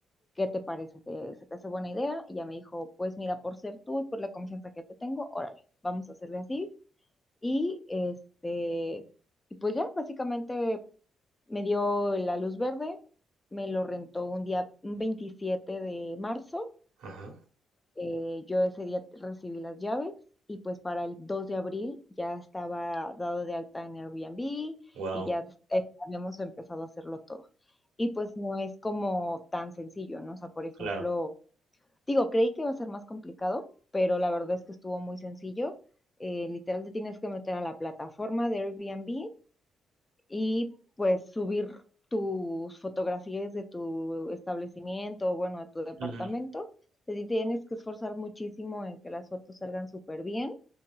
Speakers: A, on the left; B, on the right.
A: ¿Qué te parece? ¿Te- ¿Se te hace buena idea? Y ya me dijo, pues mira, por ser tú y por la confianza que te tengo, órale, vamos a hacerle así. Y este, y pues ya, básicamente me dio la luz verde, me lo rentó un día, un 27 de marzo,
B: Ajá.
A: eh, yo ese día recibí las llaves y pues para el 2 de abril ya estaba dado de alta en Airbnb y
B: Wow.
A: ya eh, habíamos empezado a hacerlo todo. Y pues no es como tan sencillo, ¿no? O sea, por ejemplo,
B: Claro.
A: digo, creí que iba a ser más complicado, pero la verdad es que estuvo muy sencillo. Eh, literal te tienes que meter a la plataforma de Airbnb y pues subir tus fotografías de tu establecimiento, o bueno, de tu departamento.
B: Ujú,
A: Te tienes que esforzar muchísimo en que las fotos salgan súper bien.